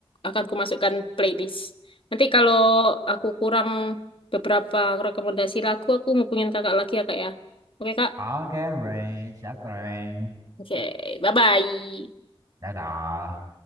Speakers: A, on the left (about 70°); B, on the right (about 40°).
A: akan aku masukkan playlist. Nanti kalau aku kurang beberapa rekomendasi lagu, aku hubungin Kakak lagi ya, Kak ya. Oke, Kak.
B: Oke, Rain, siap Rain.
A: Oke, bye-bye.
B: Dadah.